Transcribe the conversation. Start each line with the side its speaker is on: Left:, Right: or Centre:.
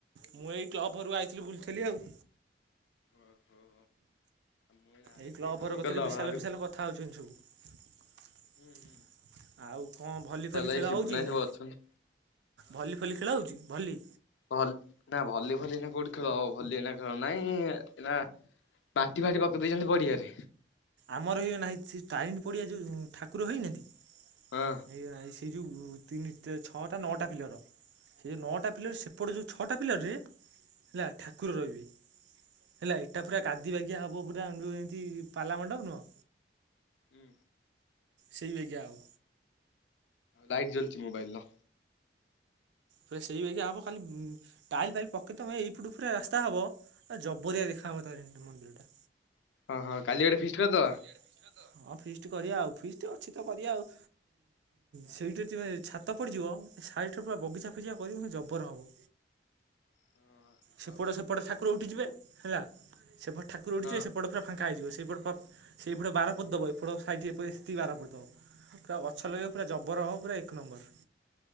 Right: ମୁଁ ଏଇ କ୍ଲବଘରୁକୁ ଆଇଥିଲି, ବୁଲୁଥିଲି ଆଉ।
Left: ଓହୋ। ମୁଁ ଏଇନା ଆଇଚି
Right: ଏଇ
Left: ଟିକେ
Right: କ୍ଲବଘର
Left: ଚଣ୍ଡିଖୋଲ
Right: କତିରେ ବିଶାଲ
Left: ବାହାରୁ
Right: ଫିଶାଲ କଥା ହଉଛନ୍ତି ସବୁ।
Left: ହୁଁ ହୁଁ।
Right: ଆଉ କଣ ଭଲି
Left: ବିଶାଲ
Right: ଫଲି
Left: ଭାଇ
Right: ଖେଳ
Left: ଶିବୁନ
Right: ହଉଛି
Left: ଭାଇ
Right: ଏଇନା,
Left: ସବୁ ଅଛନ୍ତି।
Right: ଭଲି ଭଲି ଖେଳା ହେଉଛି, ଭଲି?
Left: ଭଲ ନା ଭଲି ଫଲି ଏଇନି କଉଠି ଖେଳ ହବ, ଭଲି ଏଇନା ଖେଳ ନାଇଁ ଏଇନା ମାଟି ଫାଟି ପକେଇ ଦେଇଛନ୍ତି ପଡିଆରେ?
Right: ଆମର ହେଇ ନାହିଁ <unintelligible> ଟ୍ରାଇନ୍ ପଡିଆ ଯଉ ଠାକୁର ହେଇନାହାନ୍ତି।
Left: ହଁ।
Right: ଏଇ ଆ ସେଇ ଯୋଉ ତିନି, ଛଅଟା, ନଅଟା ପିଲର। ସେ ନଅଟା ପିଲର ସେପଟ ଯଉ ଛଅଟା ପିଲରରେ ହେଲା ଠାକୁର ରହିବେ, ହେଲା ଏଟା ପୁରା ଗାଦି ବାଗିଆ ହବ ପୁରା ଯୋଉ ଏମତି ପାଲା ମଣ୍ଡପ ନୁହଁ?
Left: ହୁଁ।
Right: ସେଇ ବେଗିଆ ହବ।
Left: ଲାଇଟ ଜଳୁଚି ମୋବାଇଲର।
Right: ପୁରା ସେଇ ବାଗିଆ ହବ, ଖାଲି ଟାଇଲ ଫାଇଲ ପକେଇ ତମେ ଏଇପୁଟୁ ପୁରା ରାସ୍ତା ହବ। ଆ, ଜବରିଆ ଦେଖା ହବ ତାରିଣୀ ମନ୍ଦିରଟା।
Left: ଓ ହୋ କାଲି ଗୋଟେ ଫିଷ୍ଟ କରିଦବା।
Right: ହଁ, ଫିଷ୍ଟ କରିବା ଆଉ, ଫିଷ୍ଟ ଅଛି ତ କରିବା ଆଉ। ସେଇଟା ଯେବେ ଛାତ ପଡ଼ିଯିବ ସାଇଟରେ, ପୁରା ବଗିଚା ଫଗିଚା କରିକି ପୁରା ଜବର ହବ।
Left: ହଁ
Right: ସେପଟ
Left: ଆଉ
Right: ସେପଟ ଠାକୁର ଉଠିଯିବେ ହେଲା, ସେପଟ ଠାକୁର ଉଠିଯିବେ
Left: ହଁ
Right: ସେପଟ ପୁରା ଫାଙ୍କା ହେଇଯିବ। ସେଇପଟ ପ-ସେଇପଟେ ବାର ପୋତି ଦବ, ଏପଟ ସାଇଟି ଟିକେ ପେ-ବାର ପୋତି ଦବ। ପୁରା ଗଛ ଲଗେଇବ ପୁରା ଜବର ହବ, ପୁରା ଏକ ନମ୍ବର।